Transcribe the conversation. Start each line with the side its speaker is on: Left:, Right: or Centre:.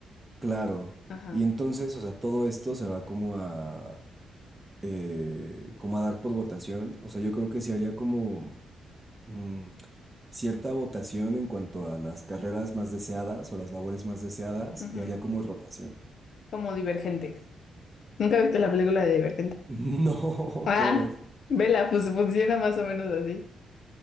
Right: claro,
Left: Ajá.
Right: y entonces, o sea, todo esto se va como a eh, como a dar por votación. O sea, yo creo que se haría como mm, cierta votación en cuanto a las carreras más deseadas o las labores más deseadas
Left: ujú.
Right: y haría como rotación. <laughs>
Left: Como Divergente. ¿Nunca viste la película de Divergente?
Right: No,
Left: Ah,
Right: ¿cómo es?
Left: vela, pues funciona más o menos así.